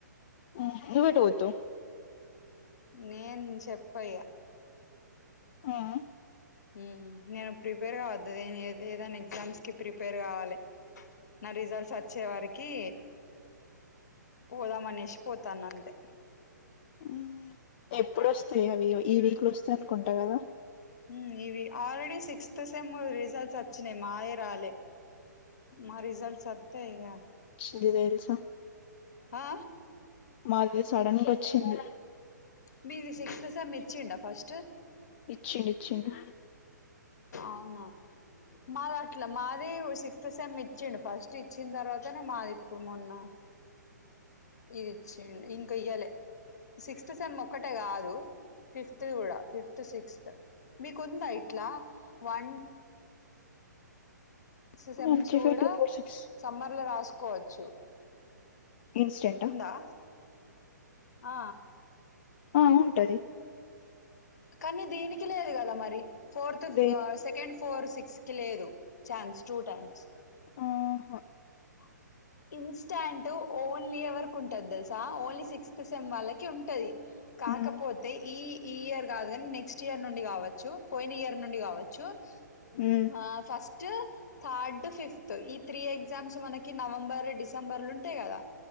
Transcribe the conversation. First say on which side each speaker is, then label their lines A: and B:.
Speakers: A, on the left; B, on the left.
A: ఉం నువ్వు ఎటు పోతావ్
B: నేను చెప్ప ఇగ
A: ఉం
B: ఉం నేను ప్రిపేర్ గా వద్ద ఏద ఏదైనా ఎగ్జామ్స్ కి ప్రిపేర్ కావాలి నా రిజల్ట్స్ వచ్చే వరికి పోదామనేసి పోతాన అంతే
A: ఉం ఎప్పుడొస్తాయో అవి ఈ వీక్లొ వస్తాయి అనుకుంటా కదా
B: ఉం ఇవి ఆల్రెడీ సిక్స్త్ సేమ్ రిజల్ట్స్ వచ్చినాయి మాయే రాలే మా రిజల్ట్ వత్తే ఇగా
A: ఇది తెలుసు
B: ఆ
A: మాది సడన్ గా వచ్చింది
B: మీది సిక్స్త్ సేమ్ ఇచ్చిండ ఫస్ట్
A: ఇచ్చిండు ఇచ్చిండు
B: అవునా మాది అట్ల మా అదే సిక్స్త్ సెమ్ ఇచ్చిండు ఫస్ట్ ఇచ్చిన తర్వాతనే మాది ఇప్పుడు మొన్న ఇది ఇచ్చిండు ఇంకా ఇయ్యాలే సిక్స్త్ సెమ్ ఒక్కటే కాదు ఫిఫ్త్ ది కూడా ఫిఫ్త్ సిక్స్త్ మీకుందా ఇట్లా one sems
A: one three
B: కూడా
A: five టూ ఫోర్ సిక్స్
B: సమ్మర్ లో రాసుకోవచ్చు
A: ఇన్స్టెంటా
B: ఉందా ఆ
A: ఆ ఉంటది
B: కానీ దీనికి లేదు కదా మరి ఫోర్త్
A: దేని
B: ఆ సెకండ్ ఫోర్ సిక్స్ కి లేదు ఛాన్స్ టూ టైమ్స్
A: ఆహా
B: <inaudible> ఇన్స్టాంట్ ఓన్లీ ఎవరికి ఉంటది తెలుసా ఓన్లీ సిక్స్త్ సెమ్ వాళ్ళకి ఉంటది కాకపోతే
A: ఉమ్
B: ఈ ఈ ఇయర్ కాదు కాని నెక్స్ట్ ఇయర్ నుండి కావచ్చు పోయిన ఇయర్ నుండి కావచ్చు
A: ఉమ్
B: మా ఫస్ట్ ఫస్ట్ థర్డ్ ఫిఫ్త్ ఈ త్రీ ఎగ్జామ్స్ మనకి నవంబర్ డిసెంబర్లు ఉంటాయి కదా